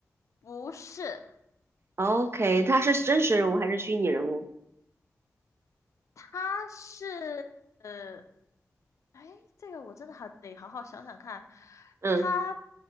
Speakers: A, on the left; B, on the right.
A: 不是，
B: ？OK，他是真实人物还是虚拟人物？
A: 他是，呃。哎，这个我真的还得好好想想看。
B: 嗯
A: 他